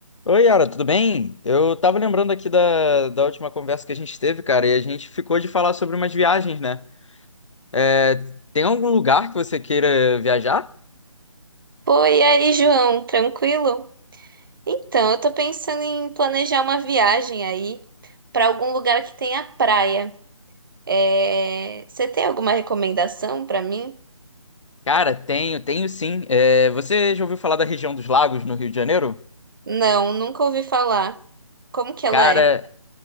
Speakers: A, on the left; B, on the right.
A: Oi, Yara, tudo bem? Eu tava lembrando aqui da, da última conversa que a gente teve, cara, e a gente ficou de falar sobre umas viagens, né? É, tem algum lugar que você queira viajar?
B: Oi, e aí, João, tranquilo? Então, eu tô pensando em planejar uma viagem aí pra algum lugar que tenha praia. É, Você tem alguma recomendação pra mim?
A: Cara, tenho, tenho sim. É, você já ouviu falar da região dos lagos no Rio de Janeiro?
B: Não, nunca ouvi falar. Como que ela
A: Cara,
B: é?